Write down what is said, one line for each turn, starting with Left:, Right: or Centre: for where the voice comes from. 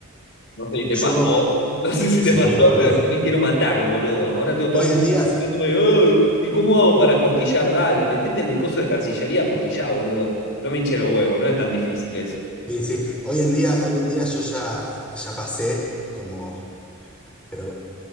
Left: No sé si te
Centre: Yo,
Left: pasó, <laughs> no sé si
Centre: sí,
Left: te pasó,
Centre: boludo.
Left: pero yo me quiero matar, boludo. Ahora tengo todos
Centre: Hoy
Left: mis...
Centre: en día,
Left: diciéndome, "Ay, ¿y cómo hago para apostillar? Dale, metete en el coso de Cancillería, apostillá, boludo. No me hinche los huevos, no es tan difícil eso.
Centre: sí, sí, hoy en día, hoy en día yo ya, ya pasé como, pero